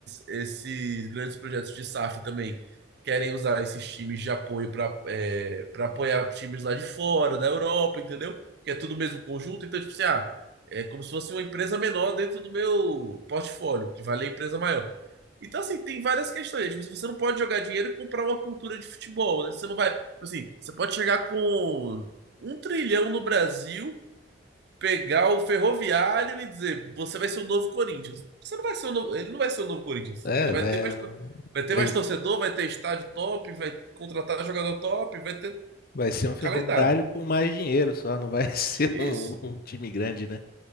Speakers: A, on the right; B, on the left.
A: esses grandes projetos de SAF também querem usar esses times de apoio para é, para apoiar times lá de fora, da Europa, entendeu? Porque é tudo o mesmo conjunto, então, tipo assim, ah, é como se fosse uma empresa menor dentro do meu portfólio, que vale a empresa maior. Então, assim, tem várias questões. né? Tipo, assim, você não pode jogar dinheiro e comprar uma cultura de futebol, né? Você não vai. Tipo assim, você pode chegar com um trilhão no Brasil, pegar o Ferroviário e dizer, você vai ser o novo Corinthians. Você não vai ser o novo, ele não vai ser o novo Corinthians.
B: é,
A: Ele vai
B: vai,
A: ter mais, to- vai ter
B: vai,
A: mais torcedor, vai ter estádio top, vai contratar jogador top, vai ter
B: vai ser um ferroviário
A: calendário.
B: com mais dinheiro só, não vai <laughs> ser
A: Isso.
B: um, um time grande, né?